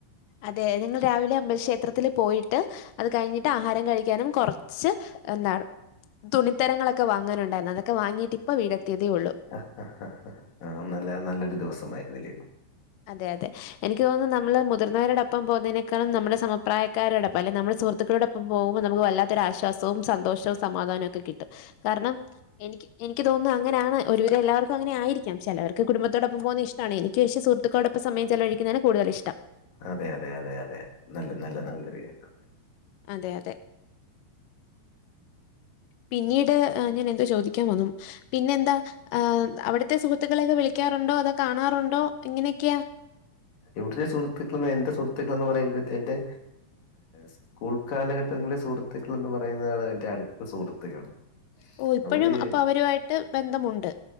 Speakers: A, on the left; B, on the left.
A: അതെ ഞങ്ങൾ രാവിലെ അമ്പൽ ക്ഷേത്രത്തിൽ പോയിട്ട് അത് കഴിഞ്ഞിട്ട് ആഹാരം കഴിക്കാനും കുറ കുറച്ച് എന്താണ് തുണിത്തരങ്ങളൊക്കെ വാങ്ങാനുണ്ടായിരുന്നു അതൊക്കെ വാങ്ങിയിട്ട് ഇപ്പ വീട് എത്തിയതേ ഉള്ളൂ
B: ആഹ് നല്ല നല്ലൊരു ദിവസമായിരുന്നില്ലേയൊ
A: അതെ അതെ എനിക്ക് തോന്നുന്നു നമ്മൾ മുതിർന്നവരോടപ്പം പോകുന്നതിനേക്കളും നമ്മുടെ സമപ്രായക്കാരോടൊപ്പം അല്ലെ നമ്മുടെ സുഹൃത്തുകളോടപ്പ പോകുമ്പോൾ നമുക്ക് വല്ലാത്തൊരു ആശ്വാസവും സന്തോഷവും സമാധാനവും ഒക്കെ കിട്ടും കാരണം എനിക്ക് എനിക്ക് തോന്നുന്നു അങ്ങനെയാണ് ഒരുവിധം എല്ലാർക്കും അങ്ങനെയായിരിക്കാം ചിലർക്ക് കുടുംബത്തോടൊപ്പം പോകുന്നത് ഇഷ്ടാണ് എനിക്ക് പക്ഷേ സു സുഹൃത്തുക്കളോട്ടൊപ്പം സമയം ചിലവഴിക്കുന്നതാണ് കൂടുതലിഷ്ടം
B: അതെ അതെ അതെ അതെ നല്ല നല്ല <unintelligible>
A: അതെ അതെ പിന്നീട് ആഹ്‌ ഞാൻ എന്തോ ചോദിക്കാൻ വന്നു പിന്നെ എന്താ ആഹ് അവിടെ ഉറ്റ സുഹത്തുക്കളൊക്കെ വിളിക്കാറുണ്ടോ അതോ കാണാറുണ്ടോ എങ്ങനെയൊക്കെയാ
B: ഇവിടുത്തെ സുഹൃത്തുക്കൾ എന്റെ സുഹൃത്തുക്കൾ എന്ന് പറയുന്നത് എന്റെ സ്കൂൾ കാലഘട്ടങ്ങളെ സുഹൃത്തുക്കൾ എന്ന് പറയുന്നതാണ് എന്റെ അടുത്ത സുഹൃത്തുക്കൾ
A: ഓ ഇപ്പോഴും
B: അവര്
A: അപ്പൊ അവരുമായിട്ട് ബന്ധമുണ്ട്